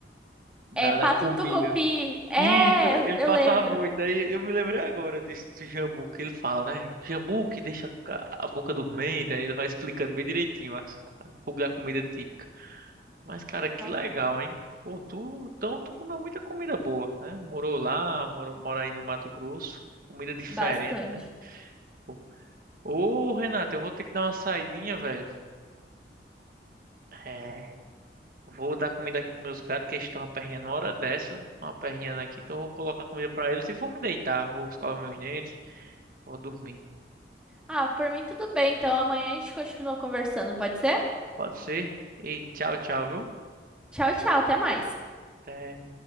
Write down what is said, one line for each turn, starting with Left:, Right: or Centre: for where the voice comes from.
Right: Da,
Centre: é pato
Right: das comidas.
Centre: no tucupi. É,
Right: Isso,
Centre: eu,
Right: ele passava
Centre: eu lembro.
Right: muito. Daí eu me lembrei agora desse jambu que ele fala, né? Jambu que deixa a a boca dormente, aí ele vai explicando bem direitinho as, a pouco da comida típica. Mas, cara, que
Centre: Nossa,
Right: legal, hein? Pô, tu, então tu comeu muita comida boa, né? Morou lá, morou, mora aí no Mato Grosso. Comida diferente,
Centre: bastante.
Right: né? Pô. Ô, Renato, eu vou ter que dar uma saidinha, velho. É, vou dar comida aqui pros meus gatos, que eles estão aperreando uma hora dessa. Estão aperreando aqui, então eu vou colocar comida pra eles e vou me deitar, vou escovar meus dentes. Vou dormir.
Centre: Ah, por mim tudo bem. Então amanhã a gente continua conversando, pode ser?
Right: Pode ser? Ei, tchau, tchau, viu?
Centre: Tchau, tchau, até mais.
Right: Até.